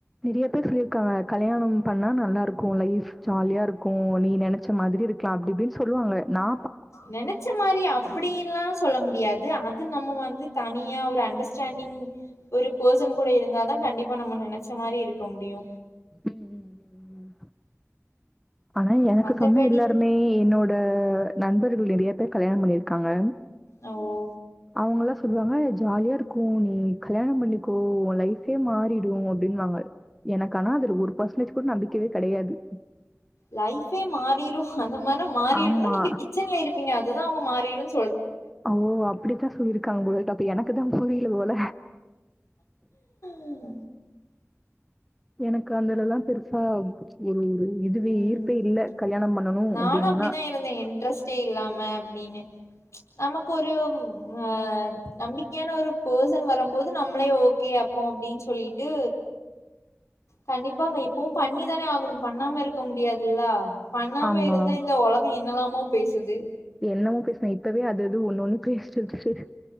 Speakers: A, in the centre; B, on the left (about 70°).
A: நெறய பேர் சொல்லிர் க கல்யாணம் பண்ணா நல்லா இருக்கு லைஃப் ஜாலியா இருக்கு நீ நெனச்ச மாதிரி இருக்லா அப்டி இப்டின் சொல்லு லு வாங்க நா
B: நெனச்ச மாரி அப்டியெல்லா சொல்ல முடியாது அது நம்ம வந்து தனியா ஒரு அண்டர் ஸ்டாண் நீங் ஒரு பொசன் கூட இருந்த தா கண்டிப்பா நம்ம நெனச்ச மாரி இருக்க முடியு
A: ம் ம் ம் ம் ஆனா எனக்கு
B: மத்தபடி
A: சொன்ன எல்லாருமே என்னோட நண்பர்கள் நெறய பேர் கல்யாணம் பண்ணிர்க்காங்க
B: அ ஓ
A: அவுங்கலா சொல்லுவாங்க ஜாலியா இருக்கு நீ கல்யாண பண்ணிக்கோ உ லைஃபே மாறிடு அப்டின்வாங்க எனக்கானா அதுல ஒரு பர்சன்டேஜ் கூட நம்பிக்கவே கெடயாது
B: லைஃபே மாறிரு அந்த மார்னா மாறிருன்னு
A: ஆமா.
B: நீங்க கிச்சன்ல இருப்பீங்க அதுதா அவுங்க மாறிடுன்
A: அ ஓ அப்டித்தா சொல்லிருக்காங்க போல் இப்ப அப்ப எனக்குதா புரியில போல
B: ம்
A: எனக்கு அந்தலெல்லா பெருசா ஒரு இது இதுவே
B: ம்
A: ஈர்ப்பே இல்ல கல்யாணம் பண்ணணும்
B: நானு
A: அப்டின்னா.
B: அப்டிதா இருந்தே இன்ட்ரெஸ்ட்டே இல்லாம அப்டினு நமக்கு ஒரு அ நம்பிக்யான ஒரு போசன் வரம்போது நம்மளே ஓகே அப்போ அப்டின் சொல்லிட்டு கண்டிப்பா வ இப்பவு பண்ணிதானே ஆகனு பண்ணாம இருக்க முடியாதில்ல பண்ணாம
A: ஆமா.
B: இருந்தா இந்த உலகோ என்னலாமோ பேசுது
A: என்னமோ பேஸ்னா இப்பவே அது இது ஒன்னொன்னு பேஸ்ட்ருக்கு செரி